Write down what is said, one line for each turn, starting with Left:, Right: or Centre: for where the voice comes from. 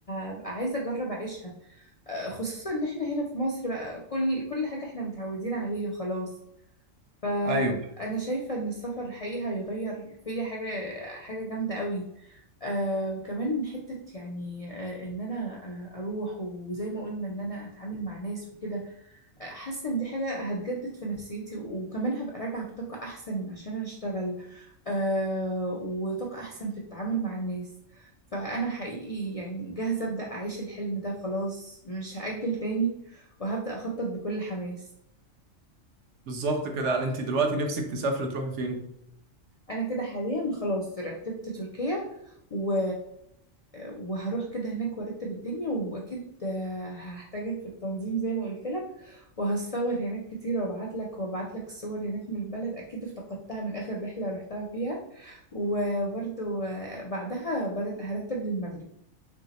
Left: هبقى عايزة أجرب أعيشها آه، خصوصا إن إحنا هنا في مصر بقى كل كل حاجة إحنا متعودين عليها خلاص فأنا
Right: أيوة
Left: شايفة إن السفر الحقيقي هيغير فيا حاجة حاجة جامدة قوي آه وكمان حتة يعني آه إن أنا آه أروح وزي ما قلنا إن أنا أتعامل مع ناس وكده آه، حاسة إن دي حاجة هتجدد في نفسيتي وكمان هبقى راجعة بطاقة أحسن عشان أشتغل آه وطاقة أحسن في التعامل مع الناس فأنا حقيقي يعني جاهزة أبدأ أعيش الحلم ده خلاص مش هأجل تاني وهبدأ أخطط بكل حماس
Right: بالظبط كده يعني أنت دلوقتي نفسك تسافري تروحي فين؟
Left: انا كده حاليا خلاص رتبت تركيا و... وهروح كده هناك وارتب الدنيا واكيد هحتاجك في التنظيم زي ما قلت لك وهصور هناك كتير وابعت لك وابعت لك الصور هناك من البلد اكيد افتقدتها من اخر رحلة رحتها فيها وبرضو بعدها بر- هرتب للمغرب